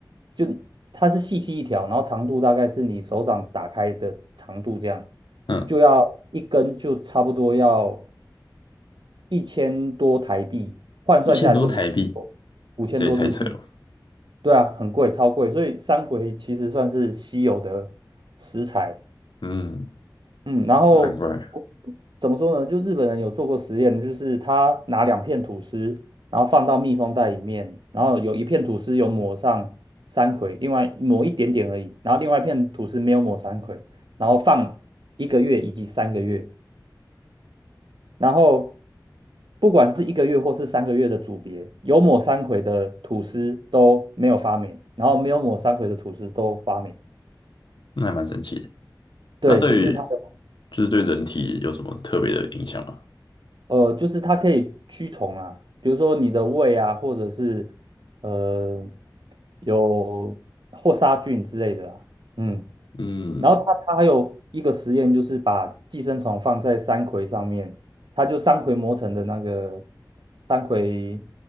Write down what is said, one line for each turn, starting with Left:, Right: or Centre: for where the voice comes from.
Right: 就它是细细一条，然后长度大概是你手掌打开的长度这样，
Left: 嗯，
Right: 就要一根就差不多要一千多台币，换算下来是五
Left: 一千多台币，
Right: 五千多日币。
Left: 这也太扯了吧
Right: 对啊，很贵，超贵，所以山葵其实算是稀有的食材。
Left: 嗯。
Right: 嗯，然后
Left: 难怪，
Right: 怎么说呢？就日本人有做过实验，就是他拿两片吐司，然后放到密封袋里面，然后有一片吐司有抹上山葵，另外抹一点点而已，然后另外一片吐司没有抹山葵，然后放一个月以及三个月，然后不管是一个月或是三个月的组别，有抹山葵的吐司都没有发霉，然后没有抹山葵的吐司都发霉。
Left: 那还蛮神奇的。
Right: 对，
Left: 那对于
Right: 就是它的，
Left: 就是对人体有什么特别的影响吗？
Right: 呃，就是它可以驱虫啊，比如说你的胃啊，或者是呃有或杀菌之类的啊，嗯。
Left: 嗯
Right: 然后他他还有一个实验，就是把寄生虫放在山葵上面，他就山葵磨成的那个山葵，